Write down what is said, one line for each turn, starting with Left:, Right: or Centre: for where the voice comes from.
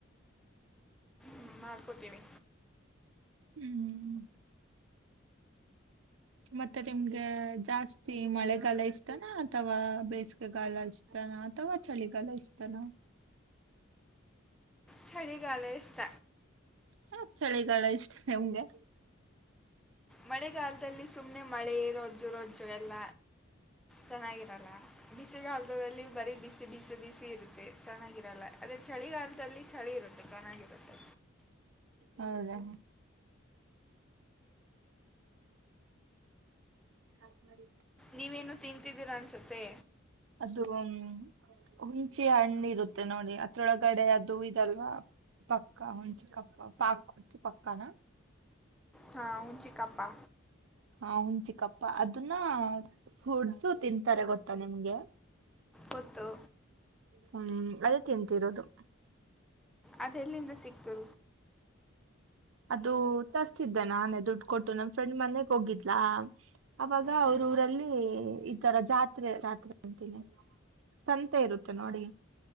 Centre: ಹ ಮಾಡ್ಕೊತೀವಿ
Right: ಹ್ಮ್ ಮತ್ತೆ ನಿಮ್ಗೆ ಜಾಸ್ತಿ ಮಳೆಗಾಲ ಇಷ್ಟನಾ ಅಥವಾ ಬೇಸಿಗೆಗಾಲ ಇಷ್ಟನಾ ಅಥವಾ ಚಳಿಗಾಲ ಇಷ್ಟನಾ
Centre: ಚಳಿಗ್ ಗಲ ಇಷ್ಟ
Right: ಯಾಕ್ ಚಳಿಗಾಲ ಇಷ್ಟ ನಿಮ್ಗೆ
Centre: ಮಳೆಗಾಲದಲ್ಲಿ ಸುಮ್ನೆ ಮಳೆ ರಜ್ಜು ರಜ್ಜು ಎಲ್ಲ ಚೆನ್ನಾಗಿರಲ್ಲ ಬಿಸಿಗಾಲದಲ್ಲಿ ಬರೀ ಬಿಸಿ ಬಿಸಿ ಬಿಸಿ ಇರುತ್ತೆ ಚೆನ್ನಾಗಿರಲ್ಲ ಅದೇ ಚಳಿಗಾಲದಲ್ಲಿ ಚಳಿ ಇರುತ್ತೆ ಚೆನ್ನಾಗಿರುತ್ತೆ
Right: ಹೌದಾ ಹಾಫ ಮಾಡಿ
Centre: ನೀವೇನು ತಿಂತಿದ್ದೀರ ಅನಿಸುತ್ತೆ
Right: ಅದು ಮ್ಮ ಹುಂಚಿ ಹಣ್ಣಿ ಇರುತ್ತೆ ನೋಡಿ ಅದ್ರೊಳಗಡೆ ಅದು ಇದಲ್ವಾ ಪಕ್ಕ ಹುಂಚಿ ಕಪ್ಪ ಪಾಕ್ ಹುಚಿ ಪಕ್ಕಾನ
Centre: ಹಾ ಹನ್ ಚಿಕಪ್ಪಾ
Right: ಹಾ ಹುನ್ ಚಿಕಪ್ಪ, ಅದನ್ನ ಫುಡ್ಸು ತಿಂತಾರೆ ಗೊತ್ತಾ ನಿಮ್ಗೆ.
Centre: ಗೊತ್ತು
Right: ಹ ಹ್ಮ್ ಅದು ತಿಂತಿರೋದು.
Centre: ಅದ ಎಲ್ಲಿಂದ ಸಿಕ್ತು?
Right: ಅದು ತರ್ತಿದ್ದೆ ನಾನು ದುಡ್ಡು ಕೊಟ್ಟು, ನಮ್ ಫ್ರೆಂಡ್ ಮನೆಗ್ ಹೋಗಿದ್ಲ. ಅವಾಗ
Centre: ಹ್ಞೂ
Right: ಅವ್ರ ಊರಲ್ಲಿ ಈತರ ಜಾತ್ರೆ ಜಾತ್ರೆ ಅಂತೀನಿ, ಸಂತೆ ಇರುತ್ತೆ ನೋಡಿ.